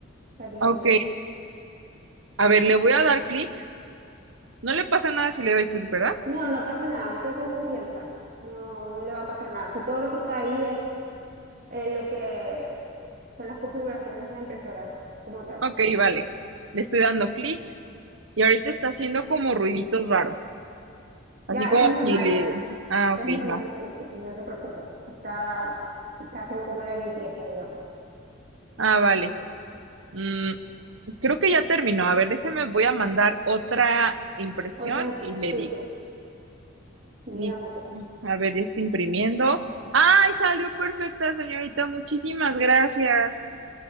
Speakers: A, on the right (about 45°); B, on the right (about 75°).
A: estaría
B: Ok,
A: bien.
B: a ver, le voy a dar clic. No le pasa nada si le doy clic, ¿verdad?
A: No, no pasa nada, usted con confianza, no, no le va a pasar nada. Si todo lo que está ahí es eh, lo que son las configuraciones de la impresora como tal.
B: Ok, vale. Le estoy dando clic y ahorita está haciendo como ruiditos raros. Así
A: Ya,
B: como
A: eso es normal,
B: si le... Ah,
A: es
B: ok,
A: normal,
B: va.
A: sí, sí, sí, no se preocupe. Está, está haciendo como la limpieza, digamos.
B: Ah, vale. Mm, creo que ya terminó. A ver, déjeme, voy a mandar otra impresión
A: Otra, im-
B: y le
A: sí,
B: digo.
A: dígame.
B: Listo. A ver, ya está imprimiendo. ¡Ay, salió perfecta, señorita! Muchísimas gracias.